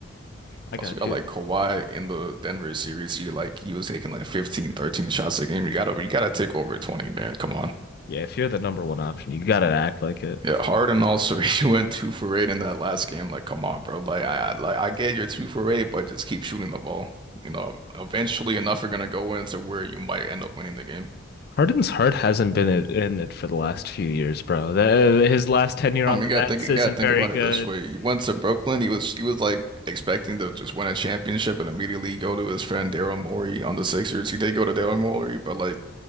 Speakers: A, on the right; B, on the left.
A: You
B: I got
A: Also got
B: you.
A: like Kawhi in the Denver series. He like he was taking like 15, 13 shots a game. You gotta you gotta take over 20, man. Come on.
B: Yeah, if you're the number one option, you gotta act like it.
A: Yeah, Harden also <laughs> he went two for eight in that last game. Like, come on, bro. Like I I- like I get you're two for eight, but just keep shooting the ball. You know, eventually enough are gonna go into where you might end up winning the game.
B: Harden's heart hasn't been i- in it for the last few years, bro. The, uh, his last tenure on
A: I mean,
B: the
A: you gotta
B: Nets
A: think you
B: isn't
A: gotta think
B: very
A: about
B: good.
A: it this way.
B: <laughs>
A: He went to Brooklyn. He was he was like expecting to just win a championship and immediately go to his friend Daryl Morey on the Sixers. He did go to Daryl Morey, but like